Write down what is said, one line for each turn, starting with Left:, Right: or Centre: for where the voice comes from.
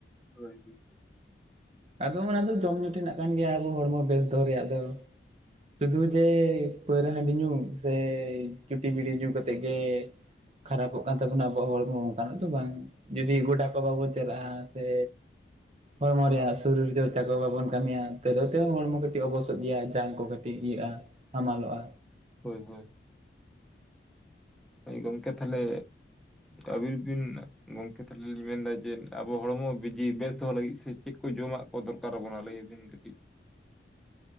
Centre: ᱦᱳᱭ ᱦᱳᱭ
Right: ᱟᱫᱚ ᱚᱱᱟ ᱫᱚ ᱡᱚᱢ ᱧᱩ ᱴᱷᱮᱱᱟᱜ ᱠᱟᱱ ᱜᱮᱭᱟ ᱟᱵᱚ ᱦᱚᱲᱢᱚ ᱵᱮᱥ ᱫᱚᱦᱚ ᱨᱮᱭᱟᱜ ᱫᱚ ᱥᱩᱫᱷᱩ ᱡᱮ ᱯᱟᱹᱣᱨᱟᱹ ᱦᱟᱺᱰᱤ ᱧᱩ ᱥᱮ ᱪᱩᱴᱤ ᱵᱤᱲᱤ ᱧᱩ ᱠᱟᱛᱮᱜ ᱜᱮ ᱠᱷᱟᱨᱟᱯᱚᱜ ᱠᱟᱱ ᱛᱟᱵᱚᱱᱟ ᱟᱵᱚᱣᱟᱜ ᱦᱚᱲ ᱚᱱᱠᱟ ᱱᱟᱜ ᱫᱚ ᱵᱟᱝᱼᱼ ᱡᱩᱫᱤ ᱜᱳᱰᱟ ᱠᱚ ᱵᱟᱵᱚ ᱪᱟᱞᱟᱜ-ᱟ ᱥᱮ ᱦᱚᱲᱢᱚ ᱨᱮᱭᱟᱜᱼᱼ ᱥᱚᱨᱤᱨ ᱪᱚᱨᱪᱟ ᱠᱚ ᱵᱟᱵᱚᱱ ᱠᱟᱢᱤᱭᱟ ᱛᱮᱫᱚ ᱛᱮᱦᱚᱸ ᱦᱚᱲᱢᱚ ᱠᱟᱹᱴᱤᱡ ᱚᱵᱚᱥᱚᱜ ᱜᱮᱭᱟ ᱡᱟᱝ ᱠᱚ ᱠᱟᱹᱴᱤᱡ ᱤᱭᱟᱹᱜᱼᱟ᱾ ᱦᱟᱢᱟᱞᱚᱜᱼᱟ
Centre: ᱦᱳᱭ ᱦᱳᱭ ᱦᱳᱭ ᱜᱚᱝᱠᱮ ᱛᱟᱦᱚᱞᱮ ᱟᱵᱤᱱ ᱵᱤᱱ ᱜᱚᱝᱠᱮ ᱛᱟᱦᱚᱞᱮ ᱞᱤᱧ ᱢᱮᱱᱫᱟ ᱡᱮ ᱟᱵᱚ ᱦᱚᱲᱢᱚ ᱵᱤᱡᱤ ᱵᱮᱥ ᱫᱚᱦᱚ ᱞᱟᱹᱜᱤᱫ ᱥᱮ ᱪᱮᱫ ᱠᱚ ᱡᱚᱢᱟᱜ ᱫᱚᱨᱠᱟᱨ ᱟᱵᱚᱱᱟ ᱞᱟᱹᱭ ᱵᱤᱱ ᱠᱟᱹᱴᱤᱡ